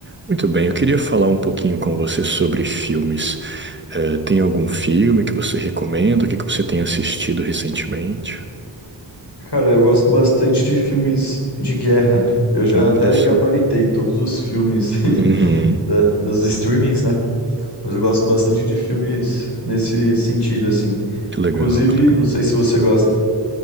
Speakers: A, on the right; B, on the left.
A: Muito bem, eu queria falar um pouquinho com você sobre filmes. Eh, tem algum filme que você recomenda? O que que você tem assistido recentemente?
B: Cara, eu gosto bastante de filmes de guerra. Eu já
A: Olha
B: até
A: só.
B: gabaritei todos os filmes
A: Uhum,
B: <laughs> da- das streamings, né? Mas eu gosto bastante de filmes nesse sentido, assim.
A: que legal,
B: Inclusive,
A: que legal.
B: não sei se você gosta.